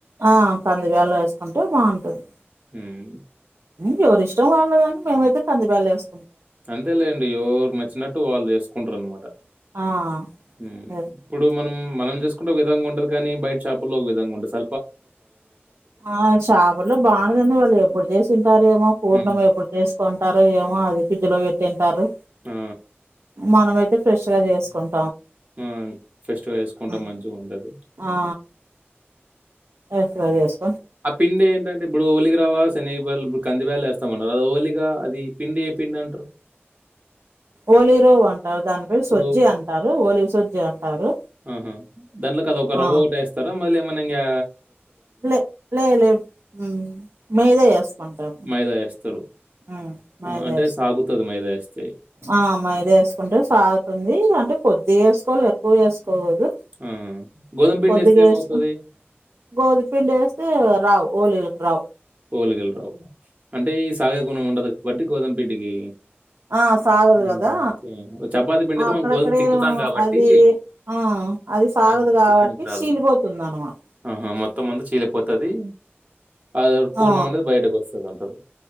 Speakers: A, on the right; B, on the right.
A: ఆ కందిబేలు వేసుకుంటే బాగుంటుంది
B: హ్మ్.
A: ది ఎవరి ష్టం వాళ్ళదని మేమైతే కందిబేలు వేసు
B: అంతేలేండి ఎవరు నచ్చినట్టు వాళ్ళు చేసు కొంటరు అన్నమాట
A: ఆ
B: మ్
A: వేసుకుంటాం
B: ఇప్పుడు మనం మనం చేసుకుంటే ఒక విధంగా ఉంటది కానీ బైట షాపుల్లో ఒక విధంగా ఉంటంది స
A: ఆ షాపుల్లో బాగుండదండి వాళ్ళు ఎప్పుడు చేసింటారేమో పూర్ణము
B: హ్మ్.
A: ఎప్పుడు చేసుకోని ంటారు ఏమో అది ఫ్రిజ్లో పెట్టింటారు
B: ఆ
A: మనం అయితే ఫ్రెష్ గా చేసుకున్
B: మ్మ్ ఫ్రెష్ గా చేసుకుంటాం
A: హ్మ్.
B: మంచిగ ఉంటది
A: ఆ ఎఫ్ పోయెస్
B: ఆ పిండి ఎంటంటే ఇప్పుడు ఓలిగ వోలిగా శనిగబెల్లు కందిబ్యాల్లు వేస్తాం ఆన్ ఆ ఓలిగా అది పిండి పిండి అంటరు
A: ఓలీగ రవ్వ అంటారు దాని పేరు
B: ఇప్పుడు
A: సుజ్జి అంటారు ఓలీగ సుజ్జి అంటారు.
B: మ్మ్ హు దాంట్లో అది ఒక రవ్వ
A: ఆ
B: ఒకటే వేస్తారా మళ్ళీ ఎమన్ మనంగా
A: లే లేదు లేదు మ్మ్ మీదే వేసుకుంటాం
B: మైదా ఏస్తారు.
A: మ్మ్ మైదా
B: ఆహా! అంటే
A: వేసుకుం
B: సాగుతది మైదా ఏస్తే.
A: ఆ మైదా వేసుకుంటే సాగుతుంది అంటే కొద్ది వేసుకోవాలి ఎక్కువ వేసుకో పోదు
B: ఆ! గోధుమ పిండేస్తే
A: కొద్దిగా
B: ఏమవుతది?
A: వేసుకున్ గోధుమపిండి వేస్తే రావు ఒలిగలకు రావ్
B: ఓలీగల్ రావు అంటే ఈ సాగే గుణం ఉండదు వట్టి గోదంపిండికి
A: ఆ సాగదు
B: ఆ
A: కదా
B: ఒకే చపాతి పిండి తే
A: అక్కడక్కడే
B: మనం గోధం తిక్కుతాం కాబట్టి
A: అది ఆ అది సాగదు
B: ఆ
A: కాబట్టి
B: తిక్కనికి రాదు
A: చీలిపోతుంది అనమాట
B: ఆహా మొత్తం మంతా చీలిపోతది అది పూర్ణం
A: ఆ
B: అనేది బయటకొస్తదంటారు.